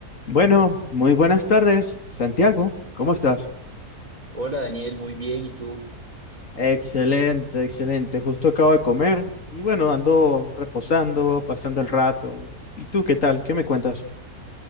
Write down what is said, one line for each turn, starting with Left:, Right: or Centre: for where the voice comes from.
Left: Bueno, muy buenas tardes, Santiago. ¿Cómo estás?
Right: Hola Daniel, muy bien, ¿y tú?
Left: Excelente, excelente. Justo acabo de comer y bueno, ando reposando, pasando el rato. ¿Y tú qué tal? ¿Qué me cuentas?